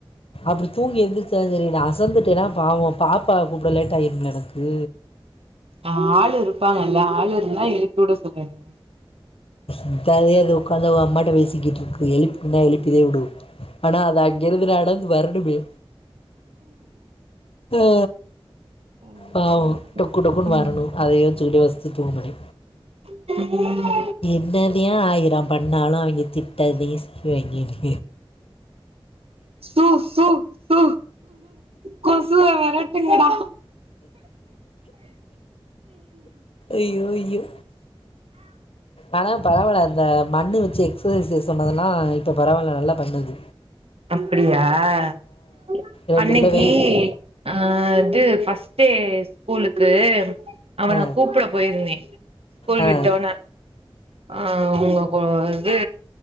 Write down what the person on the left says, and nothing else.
அப்டி தூங்கி எந்திரிச்சாலு சரி அசந்துட்டேன்னா பாவோ பாப்பாவ கூப்பிட லேட் ஆயிடும்ல எனக்கு
இந்தாலே அது உட்காந்தா அம்மாட்ட பேசிக்கிட்டு இருக்கு எழுப்பு நா எழுப்பதே உடு ஆனா அது அங்கிருந்து நடந்து வரனுமே ஆ
பாவு
டொக்கு டொக்குன்னு
வரணு அதைய யோசிச்சுக்கிட்டு யோ சித்தோ மணி
என்னதே ஆயிரோ பண்ணாலு அவிங்க திட்டதே செய்வாங்கன்னே
ஐயோ ஐயோ ஆனா பரவால அந்த மண்ணு எக்சசைஸ் சொன்னதெல்லா இப்ப பரவால்ல நல்லா பண்ணுது
ரெண்டு
கிலோ வெயிட்
ஆ
ஆ